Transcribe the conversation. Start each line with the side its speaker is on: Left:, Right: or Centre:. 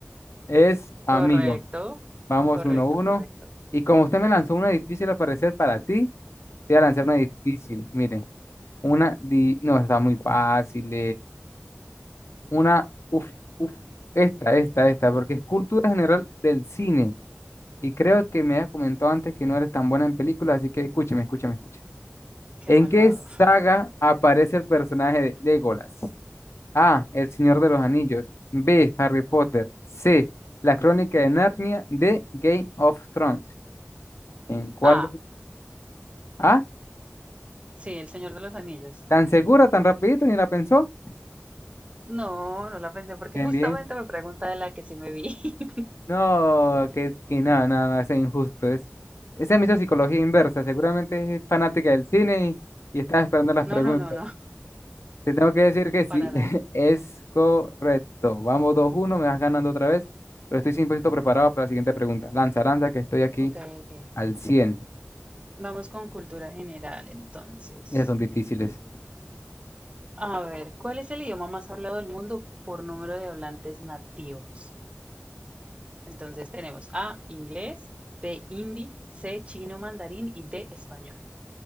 Left: Es amigo.
Right: correcto,
Left: Vamos
Right: correcto,
Left: uno a uno.
Right: correcto.
Left: Y como usted me lanzó una difícil al parecer para ti, te voy a lanzar una difícil. Mire, una... Di... No, está muy fácil. Una, uf, uf, esta, esta, esta, porque es cultura general del cine. Y creo que me había comentado antes que no eres tan buena en películas, así que escúcheme, escúchame, escúchame.
Right: Qué
Left: ¿En
Right: malvado.
Left: qué saga aparece el personaje de Legolas? A. El Señor de los Anillos. B. Harry Potter. C. La Crónica de Narnia. D. Game of Thrones. ¿En cuál
Right: A,
Left: de... Ah,
Right: sí, El Señor de los Anillos.
Left: tan segura, tan rapidito, ni la pensó.
Right: No, no la pensé porque
Left: Bien,
Right: justamente me pregunta de la que sí me vi. <laughs>
Left: No, que, que no, no, no, eso es injusto. Es, esa es mi psicología inversa. Seguramente es fanática del cine y, y está esperando las
Right: No,
Left: preguntas.
Right: no, no, no,
Left: Te tengo que decir que sí,
Right: para nada.
Left: <laughs> es correcto. Vamos dos uno me vas ganando otra vez, pero estoy 100% preparado para la siguiente pregunta. Lanza, lanza, que estoy aquí
Right: Ok, ok.
Left: al cien
Right: Vamos con cultura general, entonces.
Left: Esas son difíciles.
Right: A ver, ¿cuál es el idioma más hablado del mundo por número de hablantes nativos? Entonces tenemos A, inglés, B, hindi, C, chino mandarín y D, español.